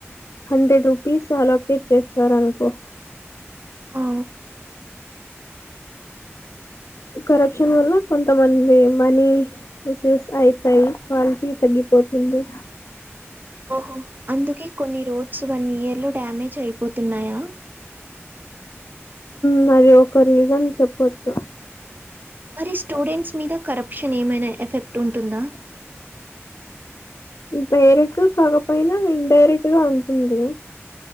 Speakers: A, on the left; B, on the right.
A: హండ్రెడ్ రూపీస్ అలొకేట్ చేస్తారనుకో
B: ఆ
A: కరప్షన్ వల్ల కొంతమంది మనీ విస్ యూస్ అయిపోయి క్వాలిటీ తగ్గిపోతుంది
B: ఓహో అందుకే కొన్ని రోడ్స్ వన్ ఇయర్ లో డ్యామేజ్ అయిపోతున్నాయా
A: మ్ అది ఒక రీజన్ చెప్పచ్చు
B: మరి స్టూడెంట్స్ మీద కరప్షన్ ఏమైనా ఎఫెక్ట్ ఉంటుందా
A: డైరెక్ట్ కాకపోయినా ఇన్ డైరెక్ట్ గా ఉంటుంది